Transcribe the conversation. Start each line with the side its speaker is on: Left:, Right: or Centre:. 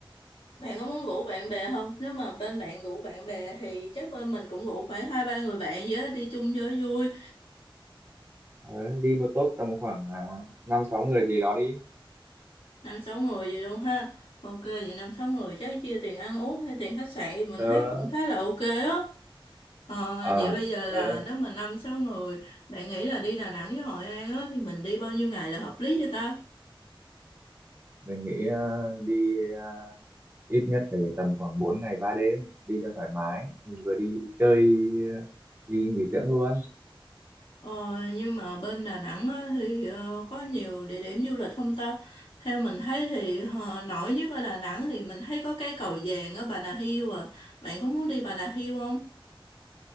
Left: Bạn có muốn rủ bạn bè không? Nếu mà bên bạn rủ bạn bè thì chắc bên mình cũng rủ khoảng hai ba người bạn gì đó đi chung cho vui.
Right: Ờ, đi một tốp tầm khoảng à, năm sáu người gì đó đi
Left: năm sáu người vậy luôn ha ok vậy năm sáu người chắc chia tiền ăn uống hay tiền khách sạn thì mình
Right: tớ
Left: thấy cũng khá là ok á ờ,
Right: ờ
Left: vậy bây giờ
Right: tớ
Left: là nếu mà năm sáu người bạn nghĩ là đi Đà Nẵng với Hội An á thì mình đi bao nhiêu ngày là hợp lý cho ta
Right: mình nghĩ à, đi à, ít nhất phải tầm khoảng bốn ngày ba đêm đi cho thoải mái mình vừa đi chơi đi nghỉ dưỡng luôn
Left: ờ, nhưng mà bên Đà Nẵng á thì ờ, có nhiều địa điểm du lịch không ta theo mình thấy thì ờ, nổi nhất ở Đà Nẵng thì mình thấy có cái cầu vàng ở Bà Nà Hills à bạn có muốn đi Bà Nà Hills không